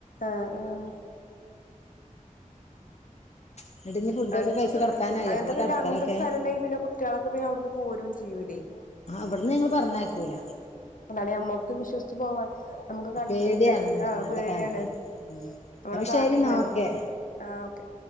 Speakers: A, on the left (about 75°); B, on the left (about 55°).
A: ആഹ് ആഹ്
B: എന്നിട്ട് ഇനി ഫുഡൊക്കെ
A: ആണ്.
B: കഴിച്ച് കിടക്കാനായി
A: അങ്ങൻത്തൊക്കെ
B: എപ്പളാ കിടക്കലൊക്കെ
A: ക അങ്ങൻതൊക്കെ സലം ണ്ടെങ്കി പിന്നെ കുട്ട്യേളൊക്കെ പിന്നെ അവിടുന്ന് പോരും ചെയ്യൂലേയ്.
B: ആഹ് അവട്ന്ന് ഞങ്ങള് പറഞ്ഞയ്ക്കൂല.
A: അതാണ് ഞമ്മക്ക് വിശ്വസിച്ച് പോവാൻ. നമുക്ക് കണ്
B: പേടിയാണ്
A: തെ ആഹ്
B: ഇന്നത്തെ
A: പേടിയാണ്
B: കാലത്ത് ഉം
A: നമ്മള്
B: അപ്പൊ
A: കാൺണില്ലല്ലോ.
B: ശരി എന്നാ ഓക്കെ
A: ആഹ് ഓക്കെ.